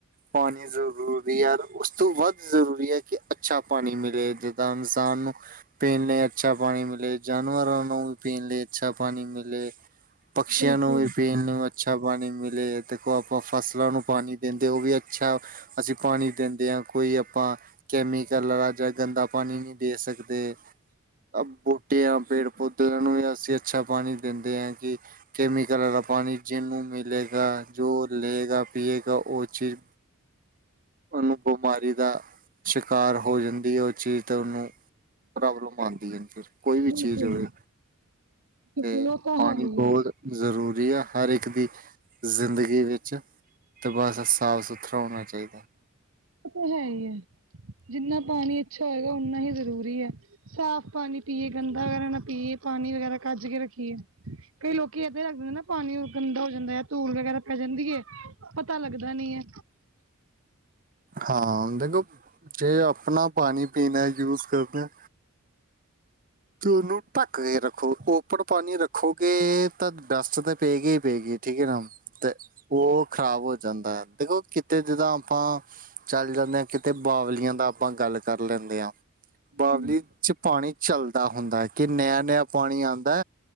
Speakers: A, on the right; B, on the right.
A: ਪਾਣੀ ਜ਼ਰੂਰੀ ਐ, ਉਸ ਤੋਂ ਵੱਧ ਜ਼ਰੂਰੀ ਹੈ ਕਿ ਅੱਛਾ ਪਾਣੀ ਮਿਲੇ ਜਿੱਦਾਂ ਇਨਸਾਨ ਨੂੰ ਪੀਣ ਲਈ ਅੱਛਾ ਪਾਣੀ ਮਿਲੇ। ਜਾਨਵਰਾਂ ਨੂੰ ਵੀ ਪੀਣ ਲਈ ਅੱਛਾ ਪਾਣੀ ਮਿਲੇ। ਪਕਸ਼ੀਆਂ
B: ਬਿਲਕੁਲ
A: ਨੂੰ ਵੀ ਪੇਨ ਨ, ਅੱਛਾ ਪਾਣੀ, ਮਿਲੇ ਦੇਖੋ ਆਪਾਂ ਫਸਲਾਂ ਨੂੰ ਪਾਣੀ ਦਿੰਦੇ ਉਹ ਵੀ ਅੱਛਾ। ਅਸੀਂ ਪਾਣੀ ਦਿੰਦੇ ਹਾਂ ਕੋਈ ਆਪਾਂ ਕੈਮੀਕਲ ਵਾਲਾ ਜਾਂ ਗੰਦਾ ਪਾਣੀ ਨਹੀਂ ਦੇ ਸਕਦੇ। ਤਾਂ ਬੂਟੀਆਂ ਪੇੜ ਪੌਦਿਆਂ ਨੂੰ ਵੀ ਅਸੀਂ ਅੱਛਾ ਪਾਣੀ ਦਿੰਦੇ ਹਾ ਕਿ ਕੈਮੀਕਲ ਵਾਲਾ ਪਾਣੀ ਜਿਹਨੂੰ ਮਿਲੇਗਾ ਜੋ ਲਏਗਾ ਪੀਏਗਾ, ਉਹ ਚੀਜ਼ ਉਹਨੂੰ ਬਿਮਾਰੀ ਦਾ ਸ਼ਿਕਾਰ ਹੋ ਜਾਂਦੀ ਹੈ, ਉਹ ਚੀਜ਼। ਤੇ ਉਹਨੂੰ ਪ੍ਰੋਬਲਮ ਆਦੀ ਹੈ, ਫੇਰ ਕੋਈ ਵੀ
B: ਬਿਲਕੁਲ
A: ਚੀਜ਼ ਹੋਵੇ।
B: <unintelligible>
A: ਤੇ ਪਾਣੀ ਬਹੁਤ ਜ਼ਰੂਰੀ ਆ ਹਰ ਇੱਕ ਦੀ ਜ਼ਿੰਦਗੀ ਵਿੱਚ ਅਤੇ ਬਸ ਸਾਫ ਸੁਥਰਾ ਹੋਣਾ ਚਾਹੀਦਾ।,
B: ਉਹ ਤਾਂ ਹੈ ਹੀ ਹੈ, ਜਿੰਨਾ ਪਾਣੀ ਅੱਛਾ ਹੋਏਗਾ ਉਨਾ ਹੀ ਜ਼ਰੂਰੀ ਹੈ। ਸਾਫ ਪਾਣੀ ਪੀਏ ਗੰਦਾ ਵਗੈਰਾ ਨਾ ਪੀਏ ਪਾਣੀ ਵਗੈਰਾ ਕੱਜ ਕੇ ਰੱਖੀਏ। ਕਈ ਲੋਕੀ ਏਦਾਂ ਹੀ ਰੱਖ ਦਿੰਦੇ ਨਾ ਪਾਣੀ ਗੰਦਾ ਹੋ ਜਾਂਦਾ ਹੈ, ਧੂਲ ਵਗੈਰਾ ਪੈ ਜਾਂਦੀ ਹੈ। ਪਤਾ ਲੱਗਦਾ ਨੀ ਹੈ।
A: ਹਾਂ ਦੇਖੋ, ਜੇ ਆਪਣਾ ਪਾਣੀ ਪੀਣਾ ਯੂਜ ਕਰਦੇ ਆ। ਤੇ ਉਹਨੂੰ ਢੱਕ ਕੇ ਰੱਖੋ ਓਪੜ ਪਾਣੀ ਰੱਖੋਗੇ, ਤਾਂ ਬੈਸਟ ਤਾਂ ਪੈਗੀ ਹੀ ਪਏਗੀ ਠੀਕ ਹੈ ਨਾ, ਤੇ ਉਹ ਖ਼ਰਾਬ ਹੋ ਜਾਂਦਾ ਹੈ, ਦੇਖੋ ਕਿਤੇ ਜਿੱਦਾਂ ਆਪਾਂ ਚੱਲ ਜਾਂਦੇ ਆ ਕਿਤੇ ਬਾਵਲੀਆਂ ਦਾ ਆਪਾਂ ਗੱਲ ਕਰ ਲੈਂਦੇ ਹਾਂ। ਬਾਵਲੀ
B: ਹੂੰ
A: ਚ ਪਾਣੀ ਚੱਲਦਾ। ਹੁੰਦਾ ਕਿ ਨਯਅ-ਨਯਅ ਪਾਣੀ ਆਦਾ